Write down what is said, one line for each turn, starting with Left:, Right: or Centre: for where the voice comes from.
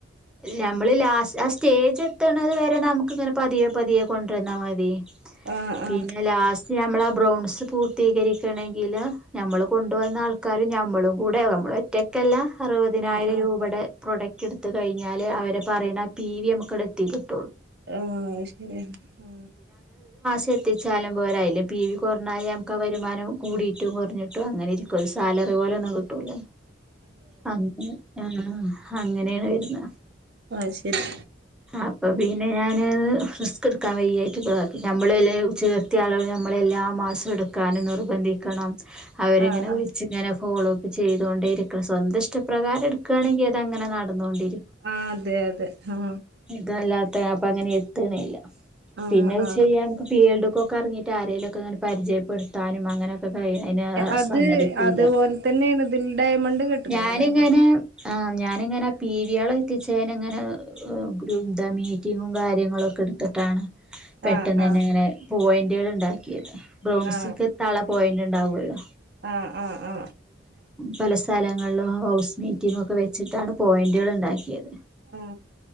Centre: ഞമ്മള് ലസ്റ്റ സ്റ്റേജ് എത്ത്ണത് വരെ നമുക്ക് ഇങ്ങനെ പതിയോ പതിയോ കൊണ്ടരന്നാൽ മതി
Right: ആ ആ ആ
Centre: പിന്നെ ലാസ്റ്റ് നമ്മള് അ ബ്രൗൺസ് പൂർത്തീകരിക്കണെങ്കില് ഞമ്മള് കൊണ്ടുവന്ന ആൾക്കാരും ഞമ നമ്മള കൂടെ നമ്മളറ്റക്കല്ലാ അറുപതിനായിരം
Right: ആ ആ ആ
Centre: രൂപടെ പ്രൊഡക്റ്റ് എടുത്ത കഴിഞ്ഞാൽ അവര് പറയുന്ന പി വി നമുക് അവടെ എടുത്തിക്കും
Right: ആ ശരിയ ആ
Centre: ചെത്തിച്ചാലും പോരാ അയില് പി വി കുറഞ്ഞാല നമുക്ക് ആ വരുമാനം കൂടിയിട്ടും കുറഞ്ഞിട്ടും അങ്ങനെ ഇരിക്കും സാലറി പോലെ ഒന്നും കിട്ടൂല അങ് ആ അങ്ങനെണ് വരുന്നേ
Right: ആ ശരി
Centre: അപ്പൊ പിന്നെ ഞാന് റിസ്ക് എടുക്കാൻ വയ്യായിട്ട് ക്ക് <inaudible> നമ്മള് എല്ല ചേർത്തി ആളുകൾ നമ്മളെല്ലാ മാസം എടുക്കാനും നിർബന്ധിക്കണം അവരിങ്ങനെ
Right: ആ ആ
Centre: വിളിച്ച ഇങ്ങനെ ഫോളോ അപ്പ് ചെയ്തൊണ്ടരി സ്വന്തം ഇഷ്ടപ്രാകാര എടുക്കുകയാണെങ്കിൽ അത അങ്ങനെ നടന്നുകോണ്ടിരി
Right: ആ അതെ അതെ ആ
Centre: ഇതല്ലാത്ത അപ്പം അങ്ങനെ എത്തുന്നില്ല.
Right: ആ
Centre: പിന്നെ
Right: ആ
Centre: ചെയ്യാൻ ക്കെ പിഎല്ടും കൊക്കെ അറങ്ങീട്ട് ആരേലൊക്കെ ങ്ങനെ പരിചയപ്പെടുത്താനും അങ്ങനെ ഇപ്പം കഴിഞ് അയ്‌ന്
Right: അത്
Centre: സമ്മതിക്കൂല.
Right: അതുപോലെ തന്നെയാണ് ഇതിൽ ഡയമണ്ട് കെട്ടക്കണോ
Centre: ഞാനിങ്ങനെ
Right: ഡയമണ്ട്
Centre: ആ ഞാനിങ്ങനെ പി വി ആളെ എത്തിച്ചേന് ഇങ്ങനെ ഗ്രൂപ്പ് ദ മീറ്റിങ്ങും കാര്യങ്ങളൊക്കെ എടുത്തിട്ടാണ് പെട്ടെന്ന്
Right: ആ ആ
Centre: തന്നെ ഇങ്ങനെ പോയൻ ട്ടികൾ ഉണ്ടാക്കിയതാ. ബ്രൗൺസ്ക്ക്
Right: ആ
Centre: എത്താള്ള പോയിന്റ് ണ്ടാവല്ലോ
Right: ആ ആ ആ
Centre: പല സ്ഥലങ്ങളിലും ഹൗസ് മീറ്റിംഗ് ഒക്കെ വെച്ചിട്ടാണ് പോയിന്റുകൾ ഉണ്ടാക്കിയത്.
Right: ആ